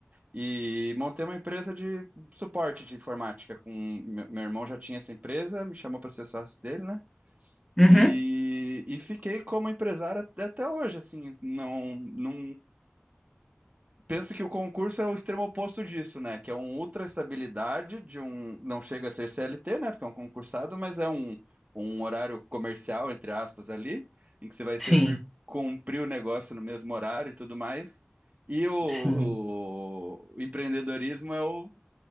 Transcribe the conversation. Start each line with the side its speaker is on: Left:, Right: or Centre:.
Right: e montei uma empresa de suporte de informática. Com... Meu meu irmão já tinha essa empresa, me chamou para ser sócio dele, né?
Centre: Uhum.
Right: E, e fiquei como empresário até até hoje, assim, não, não Penso que o concurso é o extremo oposto disso, né? Que é uma ultra estabilidade de um. Não chega a ser CLT, né? Porque é um concursado, mas é um, um horário comercial, entre aspas, ali, em que você vai sempre
Centre: Sim,
Right: cumprir o negócio no mesmo horário e tudo mais. E o,
Centre: sim.
Right: o empreendedorismo é o